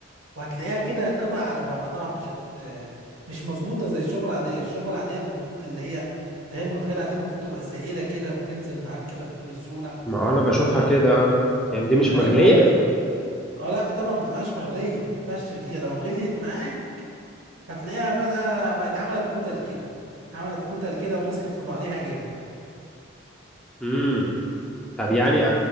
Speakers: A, on the right (about 90°); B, in the centre.
A: وهتلاقيها كده قطع على بعضها مش هت مش مظبوطه زي الشوربه العاديه الشوربه العاديه المفروض اللي هي اللي هي الملوخيه العاديه المفروض تبقى سائله كده وبتنزل معاك كده بكل سهوله
B: ما انا بشوفها
A: و
B: كده اه هي دي مش
A: ايوه
B: مغلية
A: بالظبط اه لا طبعا ما تبقاش مغليه ما ينفعش تغليها لو غليت معاك هتلاقيها بقى بقت عملت كتل كده عملت كتل كده ومسكت في بعضيها جامد
B: امم طب يعني أ-